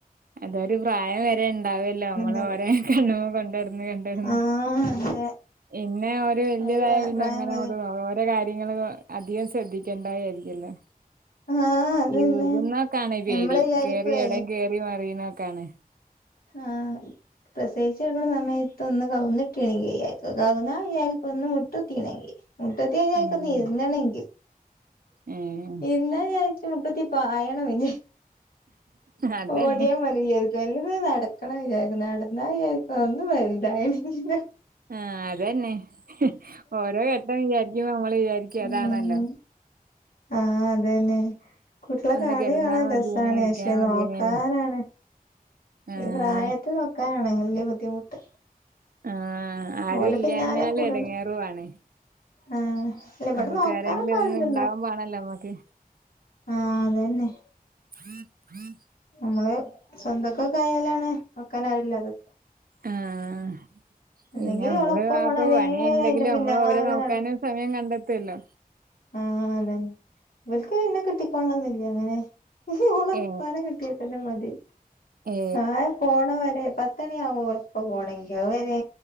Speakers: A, on the right; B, on the left.
A: അതൊരു പ്രായം വരെ ഉണ്ടാവല്ലോ നമ്മള്
B: നേരം
A: ഓരോ കണ്ണുമോ കൊണ്ടൊടു ഇങ്ങനെ ഇണ്ടെർന്ന്
B: ആഹ് അതെ
A: ഇന്നെ ഓര് വല്ല്യതായ
B: അവര്
A: പിന്നെ
B: പ്രായം
A: അങ്ങനെ
B: വരെ
A: അങ്ങട് <unintelligible> കാര്യങ്ങൽ അധികം ശ്രദ്ധിക്കേണ്ട കാര്യല്ലല്ലോ
B: ആഹ് അതന്നെ
A: ഈ വികുന്നോക്കാണ് പേടി
B: ഞമ്മള് വിചാരിക്കുവേ
A: കേറി എവിടേം കേറി മറയുന്നോക്കാണ്
B: ആഹ് പ്രസവിച്ച് കെടക്കുന്ന സമയത്ത് ഒന്ന് കവുന്നിട്ട്യാണെങ്കി ന്ന്ചാരിക്കും കവുന്നാ വിചാരിക്കും ഒന്ന് മുട്ടുത്തീരുന്നെങ്കി മുട്ടുത്തിചാരിക്കും
A: ഉം
B: ഒന്ന് ഇരുന്ന്ണ്ടെങ്കിൽ
A: ഉം
B: ഇരുന്ന വിചാരി ക്കും മുട്ടുത്തി പായണം വിചാ
A: അതന്നെ
B: ഓടിയാ മതി വിചാരിക്കും വലുത് നടക്കണം വിചാരിക്കും നടന്നാ വിചാരിക്കും ഒന്നു വലുതായെങ്കിലോ
A: ആഹ് അതന്നെ ഓരോ ഘട്ടം വിചാരിക്കും നമ്മള് വിചാരിക്ക
B: ഉം
A: അതാണല്ലോ
B: ആഹ് അതന്നെ കൂട്ട്യള
A: ഒന്ന്
B: കളി
A: കെടന്നാ
B: കാണാൻ
A: മതിയേനി
B: രസാണ്
A: ഇരിക്കാ
B: പ ക്ഷെ
A: മതിയേനിന്ന്
B: നോക്കാനാണ്
A: ആഹ്
B: ഈ പ്രായത്ത് നോക്കാനാണ് വല്യ ബുദ്ധിമുട്ട്
A: ആഹ്‌ ആരുല്ലഞ്ഞാല്
B: ഓലെ പിന്നാലെ കൂടണം
A: എടങ്ങേറു ആണ്
B: ആഹ് അല്ല ഇവിടെ
A: നമ്മക്ക്
B: നോക്കാനൊക്കെ
A: ആരെങ്കിലും
B: ആളുണ്ട്
A: ഒന്ന്ണ്ടാമ്പാണല്ലോ നമ്മക്ക്
B: ആഹ്‌ അതന്നെ.
A: <inaudible>
B: നമ്മള് സ്വന്തൊക്കെ കായാലാണ് വെക്കൻ ആരുല്ലതെ
A: ആഹ്‌
B: അല്ലെങ്കി
A: ഇനി മ്മള്
B: ഓളെ ഉപ്പ
A: ആക്കും
B: പോണവരെ
A: പണി ഇണ്ടെങ്കിലും
B: അയിന്റെ പിന്നാലെ
A: നമ്മള് ഓരേ നോക്കാനും സമയം കണ്ടെത്തുല്ലോ
B: ആഹ്‌ അതന്നെ ഇവൽക്ക് ഇന്നെ കിട്ടിക്കൊണന്നില്ല അങ്ങനെ ഓള ഉപ്പാനെ
A: ഏ
B: കിട്ടിയാ പിന്നെ മതി
A: ഏ
B: ആഹ് പോണ വരെ പ അത്തണ ആവും ഓരെപ്പ പോണങ്കി അത് വരേ